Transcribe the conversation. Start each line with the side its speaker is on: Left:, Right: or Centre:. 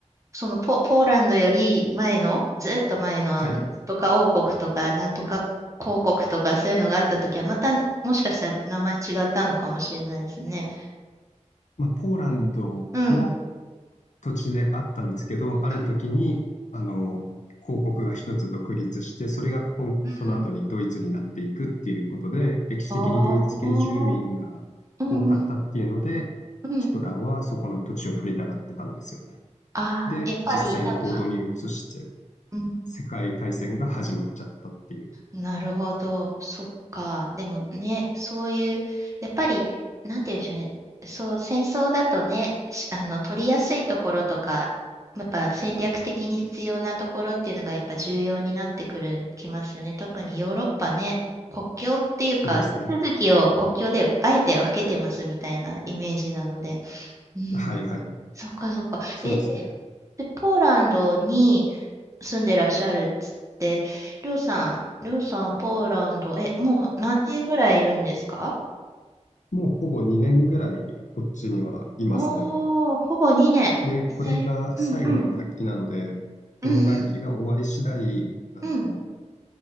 Right: そのポ、ポーランドより前の、ずっと前のとか王国とか、
Left: はい。
Right: なんとか公国とか、そういうのがあったときは、またもしかしたら名前違ったのかもしれないですね。
Left: まあ、ポーランドの
Right: うん。
Left: 土地であったんですけど、ある時に、
Right: う
Left: あの、公国が一つ独立して、それがこんその後にドイツになっていくっていうことで、
Right: ん。うん。
Left: 歴史的にドイツ系住民が多かったっていうので、
Right: ああー、うんうんうん。
Left: ヒトラーはそこの土地を取りたがってたんですよね。
Right: ああ、
Left: で、
Right: やっぱりなんか、
Left: 実際に行動に移して、
Right: うん
Left: 世界大戦が始まっちゃったっていう。
Right: なるほど。そっか。でもね、そういう、やっぱり、なんて言うんでしょうね。そう、戦争だとね、しあの、取りやすいところとか、やっぱ戦略的に必要なところっていうのがやっぱ重要になってくる、きますよね。特にヨーロッパね、国境っていうか、
Left: そうですね。
Right: 地続きを国境であえて分けてますみたいなイメージなので。うん。
Left: はいはい。
Right: そっかそっか。
Left: そうですね。
Right: え、で、でポーランドに、住んでらっしゃるっつって、りょうさん、りょうさん、ポーランド、え、もう何年ぐらいいるんですか
Left: もうほぼ2年ぐらいこっちにはいますね。
Right: おー、ほぼ2年。
Left: で、これが最後の楽器なので、
Right: えーうんうん、
Left: この楽器が終わり次第、
Right: うんうん、
Left: あの、
Right: うん、